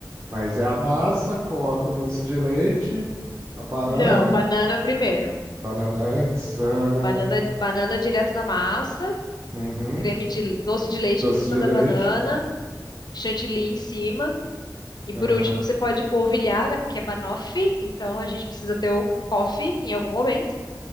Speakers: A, on the right; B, on the left.
A: mas é a massa, coloco o doce de leite, a banana,
B: Não, banana primeiro.
A: banana antes, ah,
B: Banana, banana direto da massa,
A: uhum,
B: creme de doce de leite
A: doce
B: em cima
A: de
B: da
A: leite,
B: banana, chantilly em cima. E
A: aham,
B: por último, você pode polvilhar, né? Porque é banoffee, então a gente precisa ter o coffee em algum momento.